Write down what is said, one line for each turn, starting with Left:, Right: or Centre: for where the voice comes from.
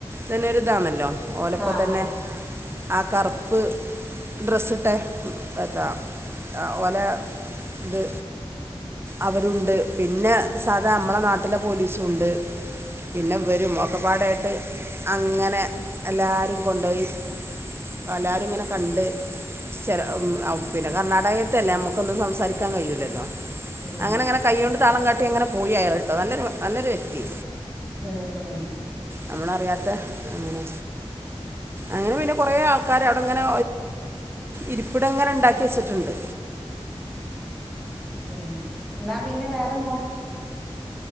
Right: ഒരു അ പതന്നെതാണല്ലോ ഓലപ്പ
Centre: ആഹ്
Right: തന്നെ
Centre: ആഹ്
Right: ആ കറുപ്പ് ഡ്രസ്സ് ഇട്ടെ റ്റാ ഓലെ ഇത് അവരുണ്ട് പിന്നെ സാധാ നമ്മളെ നാട്ടിലെ പോലീസുംഉ ണ്ട് പിന്നെ വെരും ഒക്കെപ്പാടായിട്ട് അങ്ങനെ എല്ലാരെ കൊണ്ടുപോയി അപ്പൊ എ ലരും ഇങ്ങനെ കണ്ട് ച ല പിന്നെ കർണാടകയത്തല്ലേ നമ്മുക്കൊന്നും സംസാരിക്കാൻ കഴിയൂലല്ലോ
Centre: ഉം
Right: അങ്ങനെ അങ്ങനെ കൈകൊ ണ്ട് താളം കാട്ടി അങ്ങനെ പോയി അയാള് ട്ടോ നല്ലൊരു നല്ലൊരു വ്യക്തി
Centre: ഉം ഉം
Right: നമ്മളറിയാത്ത അങ്ങനെ അങ്ങനെ പിന്നെ കൊറ ആൾക്കാര് അവിടെങ്ങനെ ഇരിപ്പിട ഇ ങ്ങനെ ഉണ്ടാക്കി വെച്ചിട്ടുണ്ട്
Centre: ഉം എന്നാ പിന്നെ വേറെന്താ